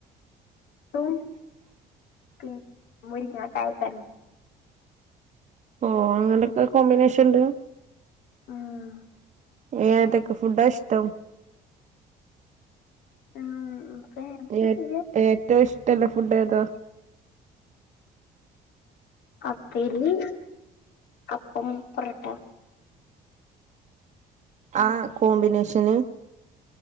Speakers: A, on the left; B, on the right.
A: ട്ടും പി മുരിങ്ങാകായ കറി.
B: ഓഹ് അങ്ങനെക്കെ കോമ്പിനേഷണ്ട്?
A: ഉം
B: ഏതക്കെ ഫുഡാ ഇഷ്ടം?
A: ഉം പിന്നെ
B: ഏ ഏറ്റവും ഇഷ്ടല്ല ഫുഡേതാ?
A: അപ്പരി അപ്പം പൊറട്ട.
B: ആഹ് കോമ്പിനേഷന്.